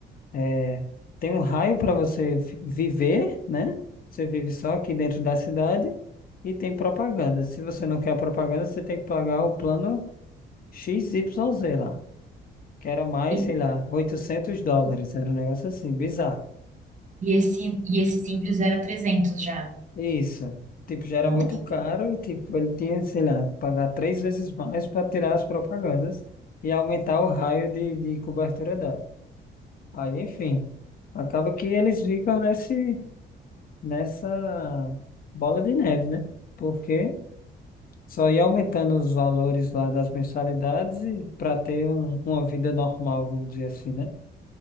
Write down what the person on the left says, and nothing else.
é, tem um raio para você fi- viver, né? Você vive só aqui dentro da cidade e tem propaganda. Se você não quer a propaganda, você tem que pagar o plano X Y Z lá, que era mais,
sei lá, 800 dólares, era um negócio assim, bizarro.
Isso. Tipo, já era
muito caro e, tipo, ele tinha, sei lá, que pagar três vezes mais para tirar as propagandas e aumentar o raio de, de cobertura dela. Aí, enfim, acaba que eles ficam nesse, nessa bola de neve, né? Porque só ia aumentando os valores lá das mensalidades e para ter um- uma vida normal, vamos dizer assim, né?